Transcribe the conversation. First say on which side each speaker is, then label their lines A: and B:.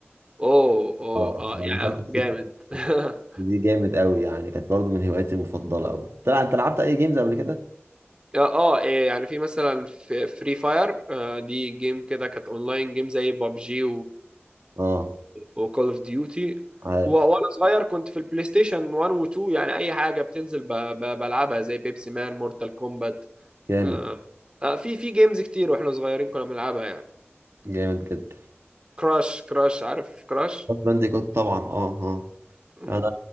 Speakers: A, on the right (about 25°); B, on the right (about 75°).
A: اوه اوه
B: اه
A: اه يعني
B: دخلت في سكة
A: جامد <laughs>
B: دي جامد قوي يعني كانت برضو من هواياتي المفضلة قوي طلع انت لعبت اي جيمز قبل كده
A: اه إيه يعني في مثلا فري فاير آه، دي جيم كده كانت اونلاين جيم زي بابجي
B: اه
A: وكول اوف ديوتي
B: عارف
A: وانا صغير كنت في البلاي ستيشن 1 و2 يعني اي حاجه بتنزل ب... ب... بلعبها زي بيبسي مان مورتال كومبات
B: جامد
A: آه. آه في في جيمز كتير واحنا صغيرين كنا بنلعبها يعني
B: جامد جدا
A: كراش كراش عارف كراش
B: كراش بانديكوت طبعا اه اه
A: مم.
B: انا